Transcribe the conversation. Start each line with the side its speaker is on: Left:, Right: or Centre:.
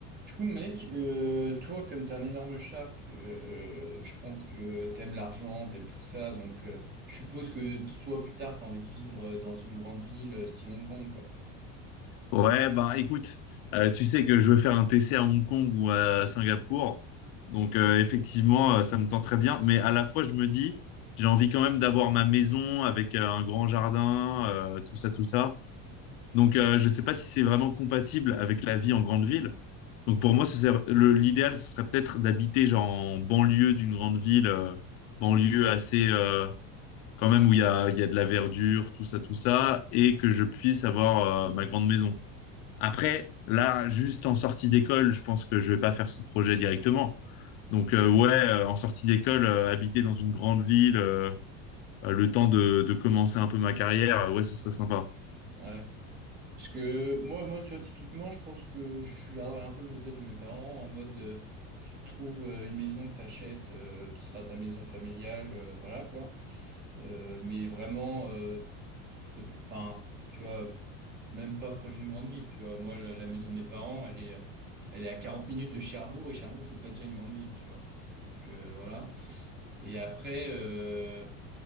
Right: Du coup, mec, euh, toi, comme t'es un énorme shark, euh, je pense que t'aimes l'argent, t'aimes tout ça, donc euh, je suppose que toi, plus tard, t'as envie de vivre euh, dans une grande ville, euh, style Hong Kong, quoi.
Left: Ouais, bah écoute, euh, tu sais que je veux faire un TC à Hong Kong ou à Singapour. Donc euh, effectivement, euh, ça me tente très bien. Mais à la fois, je me dis, j'ai envie quand même d'avoir ma maison avec euh, un grand jardin, euh, tout ça, tout ça. Donc euh, je ne sais pas si c'est vraiment compatible avec la vie en grande ville. Donc pour moi, ce serait- le- l'idéal, ce serait peut-être d'habiter genre en banlieue d'une grande ville, euh, banlieue assez euh, quand même où il y a, il y a de la verdure, tout ça, tout ça, et que je puisse avoir euh, ma grande maison. Après, là, juste en sortie d'école, je pense que je vais pas faire ce projet directement. Donc euh, ouais, euh, en sortie d'école, euh, habiter dans une grande ville, euh, euh, le temps de, de commencer un peu ma carrière, euh, ouais, ce serait sympa.
Right: Ouais. Parce que moi, moi, tu vois, typiquement, je pense que je garderais un peu le modèle de mes parents, en mode, euh, tu te trouves euh, une maison que t'achètes, euh, ce sera ta maison familiale, euh, voilà, quoi. Euh, mais vraiment, euh, C'est p- Enfin, tu vois, même pas proche d'une grande ville, tu vois. Moi, la, la maison de mes parents, elle est, elle est à 40 minutes de Cherbourg, et Cherbourg, c'est pas déjà une grande ville, tu vois. Donc, euh, voilà. Et après, euh,